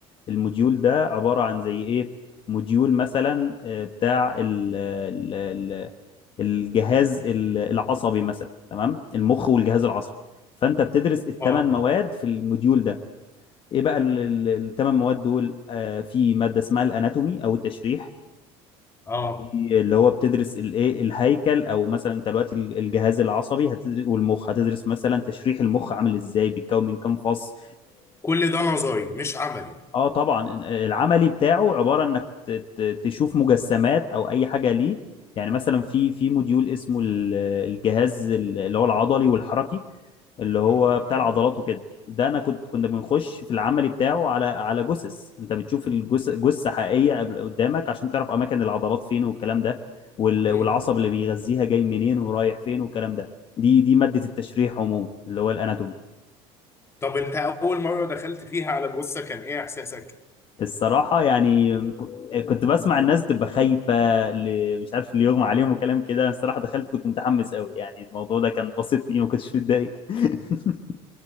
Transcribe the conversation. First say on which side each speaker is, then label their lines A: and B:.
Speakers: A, on the left; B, on the left.
A: الموديول ده عبارة عن زي ايه موديول مثلا آه، بتاع ال ال ال الجهاز ال- العصبي مثلا تمام المخ والجهاز العصبي فانت بتدرس الثمان
B: اه اه
A: مواد في الموديول ده ايه بقى الثمان مواد دول آه، في مادة اسمها الاناتومي او التشريح
B: اه
A: دي اللي هو بتدرس الايه الهيكل او مثلا انت دلوقتي ال- الجهاز العصبي هتدرس والمخ هتدرس مثلا تشريح المخ عامل ازاي بيتكون من كام فص
B: كل ده نظري مش عملي
A: اه طبعا العملي بتاعه عباره انك ت- ت- تشوف مجسمات او اي حاجه ليه يعني مثلا في في موديول اسمه ال- الجهاز ال- اللي هو العضلي والحركي اللي هو بتاع العضلات وكده ده انا كنت كنا بنخش في العملي بتاعه على على جثث انت بتشوف الجث جثه حقيقيه قبل- قدامك عشان تعرف اماكن العضلات فين والكلام ده وال-
B: امم
A: والعصب اللي بيغذيها جاي منين ورايح فين والكلام ده دي دي ماده التشريح عموما اللي هو الاناتومي
B: طب انت اول مرة دخلت فيها على جثة كان ايه احساسك
A: الصراحة يعني ك- كنت بسمع الناس تبقى خايفة ل- مش عارف اللي يغمى عليهم وكلام كده أنا الصراحة دخلت كنت متحمس قوي يعني الموضوع ده كان بسطني ما كنتش متضايق <laughs>